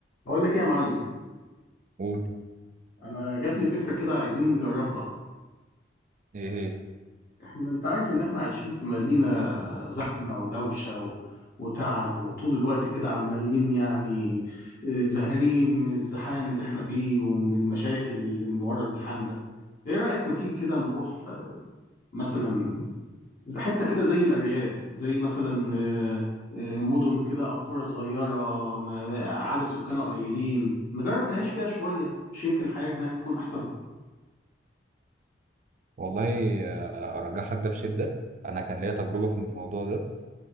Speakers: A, on the left; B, on the right.
A: اقول لك ايه يا معلم
B: قول
A: انا جات لي فكره كده عايزين نجربها
B: ايه ايه
A: احنا انت عارف ان احنا عايشين في مدينه زحمه ودوشه و... وتعب وطول الوقت كده عمالين يعني آه، زهقانين من الزحام اللي احنا فيه ومن المشاكل اللي من ورا الزحام ده ايه رايك ما تيجي كده نروح آه، مثلا حته كده زي الارياف زي مثلا آه، آه، مدن كده او قرى صغيره ما- عدد سكانها قليلين نجرب نعيش فيها شويه مش يمكن الحياه هناك تكون احسن
B: والله آه، ارجح لك ده بشده انا كان ليا تجربه في الموضوع ده